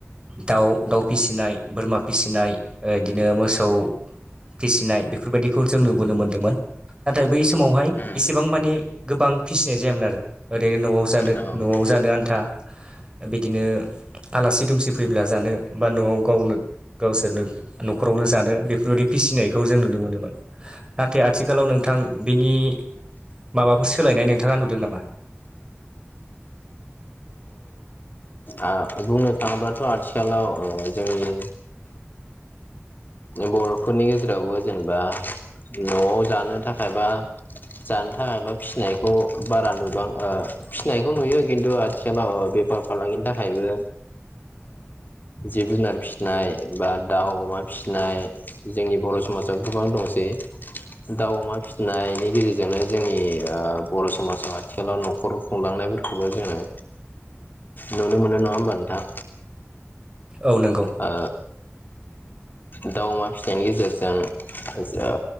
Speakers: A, on the right; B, on the left.
A: दाउ दाउ फिसिनाय बोरमा फिसिनाय ओ बिदिनो मोसौ फिसिनाय बेफोरबायदिखौ जों नुबोनो मोनदोंमोन नाथाय बै समावहाय
B: औ
A: एसेबां मानिे गोबां फिसिनाय जायामोन आरो ओरैनो न'आव जानो
B: औ
A: न'आव जानो आन्था बिदिनो आलासि दुमसि फैब्ला जानो बा न'आव गावनो गावसोरनो न'खरावनो जानो बेफोरबायदि फिसिनायखौ जों नुनो मोनोमोन नाथाय आथिखालाव नोंथां बिनि माबाफोर सोलायनाय नोंथाङा नुदों नामा?
B: औ बुंनो थाङोबाथ' आथिखालाव जोंनि बर'फोरनि गेजेरावबो जेनेबा न'आव जानो थाखायबा जानो थाखायल' फिसिनायखौ बारा नुबां फिसिनायखौ नुयो खिन्थु आथिखालाव बेफार फालांगिनि थाखायबो जिब जुनार फिसिनाय बा दाउ अमा फिनाय जोंनि बर' समाजाव गोबां दंसै दाउ अमा फिनायनि गेजेरजोंनो जोंनि बर' समाजाव आथिखालाव न'खर संलांनायफोरखौबो जोङो नुनो मोनो नङा होमबा नोंथां
A: औ नोंगौ
B: ओ दाउ अमा फिथनि गेजेरजों आ